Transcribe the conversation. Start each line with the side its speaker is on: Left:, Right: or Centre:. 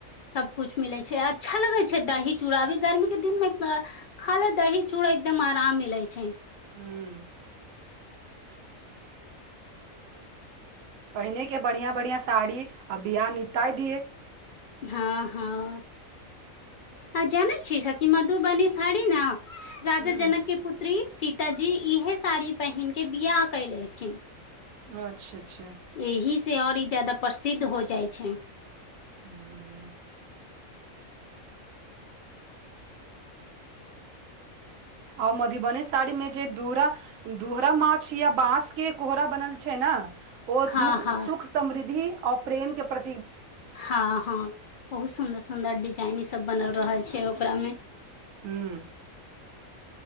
Left: सबकुछ मिलै छै अच्छा लगै छै दही चूड़ा अभी गर्मी के दिन मे खाला दही चूड़ा एकदम आराम मिलैत छै
Right: हूँ पहिनेके बढ़िआँ बढ़िआँ साड़ी आ बियाह निपटाइ दियै
Left: हँ हँ आ जानै छियै सकी मधुबनी साड़ी नय राज
Right: हूँ
Left: जनकके पुत्री सीत तजी इहे साड़ी पहिनक के बिआह कयलखिन
Right: अच्छा अच्छा
Left: एही से आओर ई जादा प्रसिद्ध हो जाइ छै
Right: हुं आउ मधीबनि स सारीमे जे दूरा दुहरा माछ या बाँस के कोहरा बनल छै न ओ
Left: हँ
Right: दुःख
Left: हँ
Right: सुख समृद्धि अ प्रेम के प्र
Left: हँ हँ बहुत सुन्दर सु सुंन्दर डिजाइनी सब बनल रहल छै ओकरा मे
Right: हुं